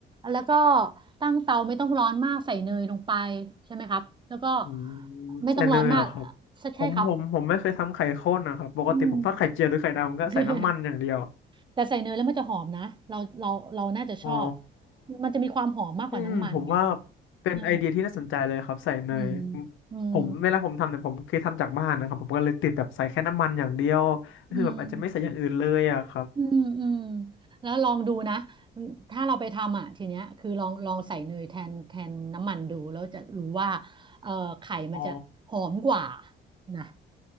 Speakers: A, on the right (about 25°); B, on the left (about 75°).
A: แล้วก็ตั้งเตาไม่ต้องร้อนมากใส่เนยลงไปใช่ไหมครับแล้วก็
B: อืม
A: ไม่ต้องร้อนมาก
B: ใส่เนยเหรอครับผมผมผมไม่เคยทำไข่ข้นนะครับปกติผมทอดไข่เจียวหรือไข่ดาวผมก็ใส่น้ำมันอย่างเดียว
A: ใช่ครับอืม <laughs> แต่ใส่เนยแล้วมันจะหอมนะเราเราเราน่าจะชอบ
B: อ๋อ
A: มันจะมีความหอมมากกว่าน้ำมันไง
B: อืมผมว่าเป็นไอเดียที่น่าสนใจเลยครับใส่เนยผมผมเวลาผมทำเนี่ยผมเคยทำจากบ้านนะครับผมก็เลยติดแบบใส่แค่น้ำมันอย่างเดียวก็คือแบบอาจจะไม่ใส่อย่างอื่นเลยอะครับ
A: เอออืมอืมอืมอืมอืมแล้วลองดูนะถ้าเราไปทำอ่ะทีเนี้ยคือลองลองใส่เนยแทนแทนน้ำมันดูแล้วจะรู้ว่าเอ่อไข่มันจะหอมกว่า
B: อ๋อ
A: นะ